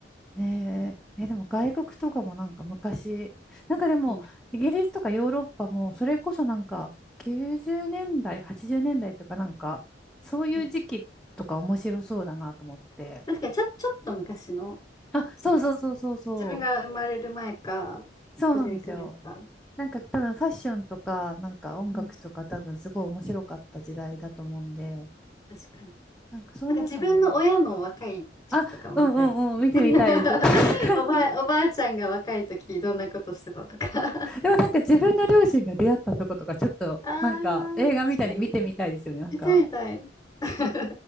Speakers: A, in the centre; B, on the left.
A: ねえ、え、でも外国とかもなんか昔、なんかでもイギリスとかヨーロッパもそれこそなんか90年代、
B: うん。
A: 80年代とかなんかそういう時期とか面白そうだなと思って。
B: うん確かにちょ、ちょっと昔の、
A: あ、
B: ちょっと私
A: そうそうそうそうそ
B: 自分が生まれる前か、
A: う。そうなんですよ。
B: それくらいか。
A: なんか多分ファッションとかなんか音楽とか多分すごい面白かった時代だと思うんで、
B: うん。確かに。
A: なんかそういうのも。
B: なんか自分の親の若い時期とかも見たいですね。
A: あ、うんうんうん、見てみたいです。
B: <laughs>
A: <laughs> 確かに。
B: おばあ、おばあちゃんが若い時どんなことしてたとか。
A: でもなんか自分の両親が出会ったとことか、ちょっとなんか映画みたいに見てみたいですよね。
B: <laughs> あー確かに。
A: なんか、
B: 見たい見たい。<laughs>